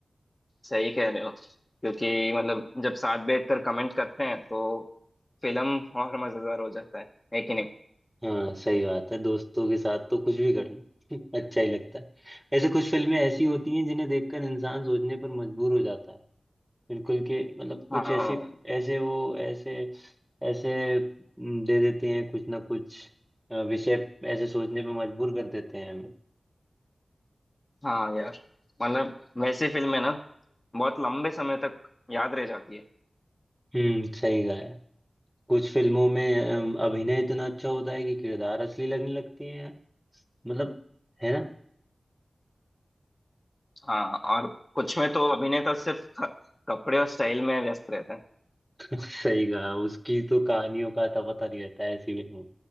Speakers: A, on the left (about 30°); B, in the centre.
A: सही कह रहे हो क्योंकि मतलब जब साथ बैठकर कमेंट करते हैं तो फिल्म और मजेदार हो जाता है है कि नहीं
B: हाँ सही बात है दोस्तों के साथ तो कुछ भी कर लो <laughs> अच्छा ही लगता है ऐसे कुछ फिल्में ऐसी होती हैं जिन्हें देखकर इंसान सोचने पर मजबूर हो जाता है बिल्कुल के मतलब कुछ
A: हाँ
B: ऐसी ऐसे वो ऐसे ऐसे हम्म, दे देते हैं कुछ ना कुछ अ, विषय ऐसे सोचने पर मजबूर कर देते हैं हमें
A: हाँ यार मतलब वैसे फिल्में ना बहुत लंबे समय तक याद रह जाती है
B: हम्म सही कहा है कुछ फिल्मों में अम, अभिनय इतना अच्छा होता है कि किरदार असली लगने लगते हैं मतलब है ना
A: हाँ और कुछ में तो अभिनेता सिर्फ क- कपड़े और स्टाइल में व्यस्त रहते हैं
B: <laughs> सही कहा उसकी तो कहानियों का तो पता नहीं रहता है ऐसी फिल्मों